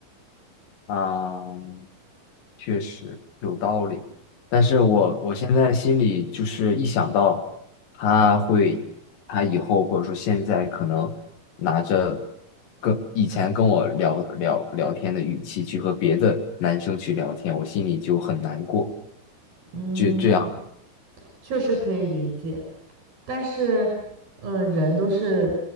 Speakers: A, on the left; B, on the right.
A: 啊，确实有道理，但是我我现在心里就是一想到他会，他以后或者说现在可能拿着跟以前跟我聊聊聊天的语气去和别的男生去聊天，我心里就很难过。
B: 嗯，
A: 就这样。
B: 确实可以理解，但是，呃，人都是